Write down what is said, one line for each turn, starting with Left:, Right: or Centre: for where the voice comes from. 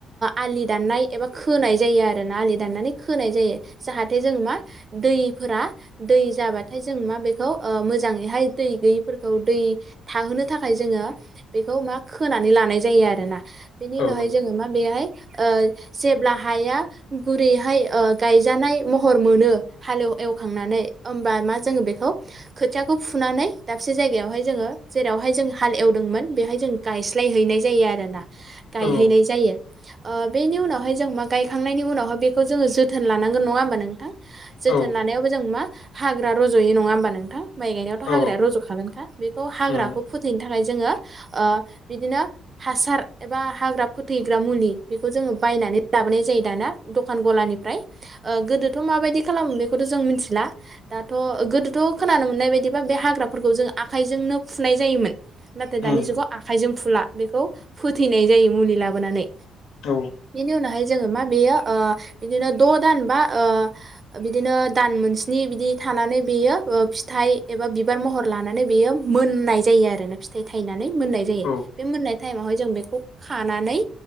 Right: आलि दाननाय एबा खोनाय जायो आरो ना आलि दाननानै खोनाय जायो जाहाथे जों मा दैफोरा दै जाबाथाय जों मा बेखौ मोजाङैहाय दै गैयिफोरखौ दै थाहोनो थाखाय जोङो। बेखौ मा खोनानै लानाय जायो आरोना बेनि
Left: औ
Right: उनावहाय जोङो मा बेहाय ओ जेब्ला हाया गुरैहाय गायजानाय महर मोनो हाल एव एवखांनानै होमबा मा जोङो बेखौ खोथियाखौ फुनानै दाबसे जायगायावहाय जोङो जेरावहाय जों हाल एवदोंमोन बेहाय जों गायस्लायहैनाय जायो आरोना गायहैनाय
Left: औ
Right: जायो ओ बेनि उनावहाय जों मा गायखांनायनि उनावहाय बेखौ जोङो जोथोन लानांगोन नङा होमबा नोंथां जोथोन
Left: औ
Right: लानायावबो जों मा हाग्रा रज'यो नङा होमबा नोंथां माइ गायनायावथ'
Left: औ
Right: हाग्राया रज'खागोनखा बेखौ हाग्राखौ
Left: उम
Right: फोथैनो थाखाय जोङो। ओ बिदिनो हासार एबा हाग्रा फोथैग्रा मुलि बेखौ जोङो बायनानै लाबोनाय जायो दाना दखान गलानिफ्राय ओ गोदोथ' माबायदि खालामो बेखौथ' जों मिथिला दाथ' गोदोथ' खोनानो मोननाय बायदिबा बे हाग्राफोरखौ जों आखाइजोंनो फुनाय जायोमोन नाथाय दानि
Left: उम
Right: जुगाव आखाइजों फुला बेखौ फोथैनाय जायो मुलि लाबोनानै
Left: औ
Right: बेनि उनावहाय जोङो मा बेयो बिदिनो ओ द'दान बा बिदिनो ओ दान मोनस्नि बिदि थानानै बेयो फिथाइ एबा बिबार महर लानानै बेयो मोननाय जायो आरो ना। थाय थायना नै मोनाय जायो
Left: औ
Right: बे मोन्नाय टाइमावहाय जों बेखौ खानानै